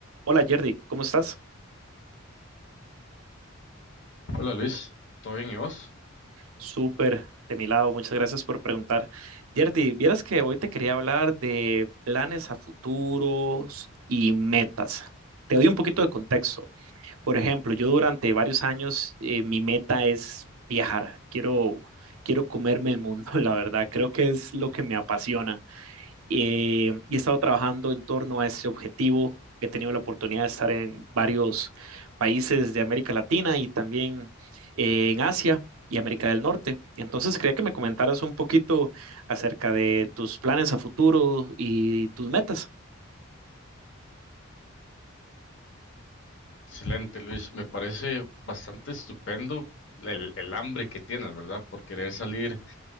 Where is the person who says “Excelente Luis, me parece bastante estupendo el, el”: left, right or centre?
Left